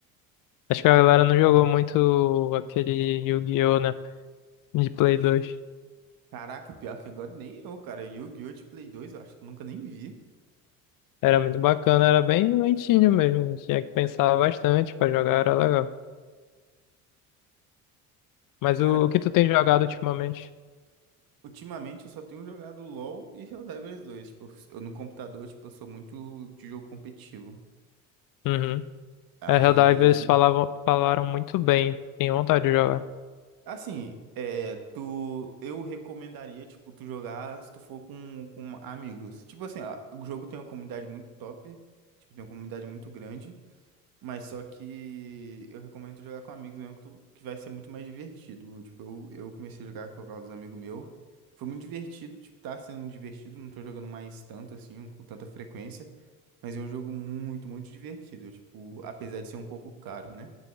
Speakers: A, on the left (about 50°); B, on the right (about 55°).
A: Acho que a galera não jogou muito aquele Yu-Gi-Oh, né? De Play 2.
B: Caraca, pior que agora nem eu, cara. Yu-Gi-Oh! de Play 2, eu acho que eu nunca nem vi.
A: Era muito bacana, era bem lentinho mesmo. Tinha que pensar bastante pra jogar, era legal. Mas
B: Cara,
A: o, o que tu tem jogado ultimamente?
B: ultimamente eu só tenho jogado LoL e Helldivers 2. Tipo, eu no computador, tipo, eu sou muito de jogo competitivo.
A: Uhum.
B: Aí,
A: É, Helldivers falavam, falaram muito bem. Tenho vontade de jogar.
B: assim, é, tu, eu recomendaria, tipo, tu jogar se tu for com, com amigos. Tipo assim, ó, o jogo tem uma comunidade muito top, tipo, tem uma comunidade muito grande. Mas só que eu recomendo jogar com amigos mesmo, que, tu- que vai ser muito mais divertido. Tipo, eu, eu comecei a jogar com alguns amigos meu Foi muito divertido, tipo, tá sendo muito divertido. Não tô jogando mais tanto, assim, com tanta frequência. Mas é um jogo muito, muito divertido. Tipo, apesar de ser um pouco caro, né?